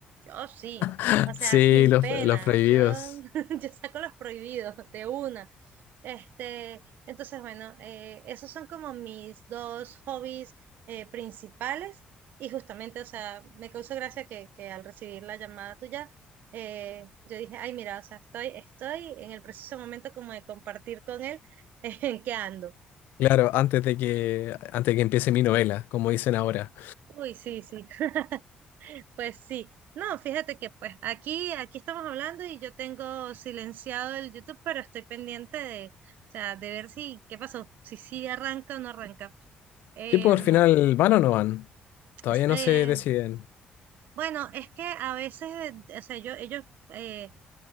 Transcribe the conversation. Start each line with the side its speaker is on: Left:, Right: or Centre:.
Right: yo sí,
Left: <laughs>
Right: o sea,
Left: Sí,
Right: sin
Left: los,
Right: pena,
Left: los prohibidos.
Right: yo, <laughs> yo saco los prohibidos de una. Este, entonces, bueno, eh, esos son como mis dos hobbies eh, principales y justamente, o sea, me causó gracia que, que al recibir la llamada tuya, eh, yo dije, ay, mira, o sea, estoy, estoy en el preciso momento como de compartir con él <laughs> en qué ando.
Left: Claro, antes de que, antes de que empiece mi novela, como dicen ahora.
Right: Uy, sí, sí, <laughs> pues sí. No, fíjate que pues aquí, aquí estamos hablando y yo tengo silenciado el YouTube, pero estoy pendiente de, o sea, de ver si, qué pasó, si sí arranca o no arranca. Em,
Left: Sí, pues al final, ¿van o no van? Todavía
Right: Es, eh,
Left: no se deciden.
Right: bueno, es que a veces, eh, o sea, yo, ellos eh,